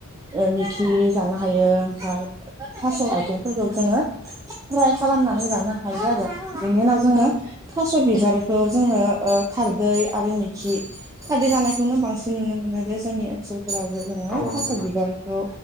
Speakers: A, on the right; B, in the centre.
A: ओ मिखि जानो हायो ओमफ्राय थास' आइथेंफोरखौ जोङो फ्राय खालामनानै जानो हायो आरो। बिनि उनाव जोङो थास' बिबारखौ जोङो ओ खारदै आरो मिखि खारदै जानायखौनो बांसिन नुनो मोनो जे जोंनि ओनसोलफोरावबो जोङो
B: औ
A: थास'
B: नंगौ नोंथां
A: बिबारखौ